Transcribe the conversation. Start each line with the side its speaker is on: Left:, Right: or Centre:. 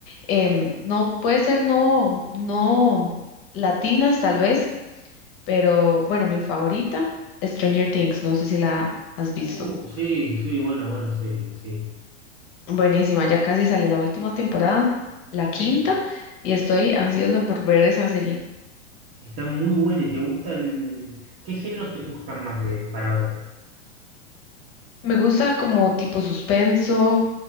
Left: em, no pueden ser no, no latinas tal vez, pero bueno, mi favorita, Stranger Things, no sé si la has visto.
Right: Uh, sí, sí, buena, buena serie, sí.
Left: Buenísima, ya casi sale la última temporada, la quinta,
Right: Eh,
Left: y estoy ansiosa por ver esa serie.
Right: está muy buena y te gusta el... ¿Qué géneros te gustan más de para ver?
Left: Me gusta como tipo suspenso,